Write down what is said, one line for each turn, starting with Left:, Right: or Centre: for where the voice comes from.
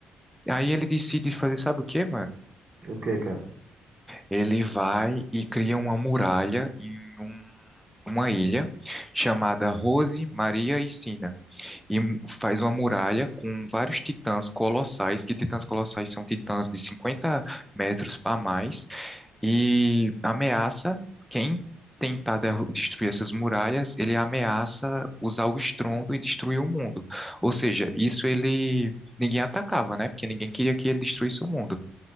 Centre: Aí ele decide fazer, sabe o quê, mano?
Right: O quê, cara?
Centre: ele vai e cria uma muralha em um- uma ilha chamada Rose, Maria e Sina. E m- faz uma muralha com vários titãs colossais, que titãs colossais são titãs de 50 metros para mais, e ameaça quem tentar derru- destruir essas muralhas, ele ameaça usar o estrondo e destruir o mundo. Ou seja, isso ele ninguém atacava, né? Porque ninguém queria que ele destruísse o mundo.